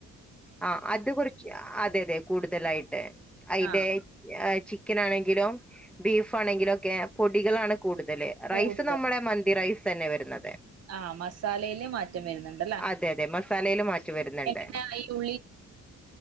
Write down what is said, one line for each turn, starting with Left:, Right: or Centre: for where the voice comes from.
Centre: ആ അത് കുറച്ച് അതെ അതെ. കൂടുതലായി <unintelligible> അയ്‌ന്റെ
Right: ആ
Centre: <unintelligible> ചിക്കനാണെങ്കിലും ബീഫാണെങ്കിലൊക്കെ പൊടികളാണ്. കൂടുതല്
Right: കൂടുതൽ
Centre: റൈസ് നമ്മടെ മന്തി റൈസ്. തെന്നെ വെരുന്നത്.
Right: ആ മസാലയില് മാറ്റം വെരുന്ന്ണ്ടല്ലേ
Centre: അതെ അതെ മസാലയിൽ മാറ്റം വരുന്നുണ്ട്
Right: എത്ര <unintelligible>